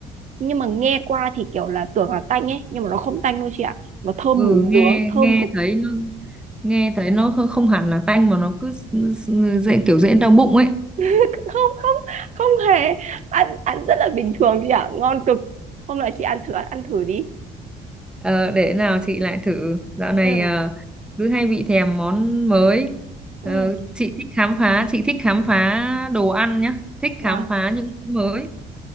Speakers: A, on the right (about 45°); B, in the centre.
A: nhưng mà nghe qua thì kiểu là tưởng là tanh ấy nhưng mà nó không tanh đâu chị ạ nó thơm
B: ừ
A: mùi
B: nghe
A: dứa thơm
B: nghe
A: cực
B: thấy nó nghe thấy nó không không hẳn là tanh mà nó cứ s- s- dễ kiểu dễ đau bụng ấy
A: <laughs> không không không hề ăn ăn rất là bình thường chị ạ ngon cực hôm nào chị ăn thử ăn thử đi
B: Ờ, để nào chị lại thử. Dạo này
A: ừ
B: ờ, cứ hay bị thèm món mới.
A: ừ
B: Ờ, chị thích khám phá, chị thích khám phá đồ ăn nhá, thích
A: là
B: khám phá những món mới.